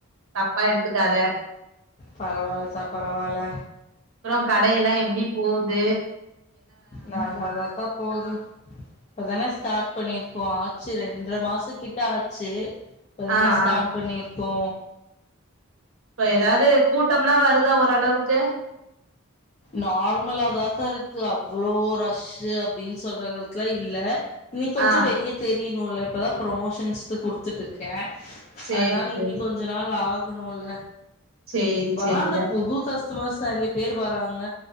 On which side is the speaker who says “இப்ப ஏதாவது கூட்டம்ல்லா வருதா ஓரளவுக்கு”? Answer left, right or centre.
Right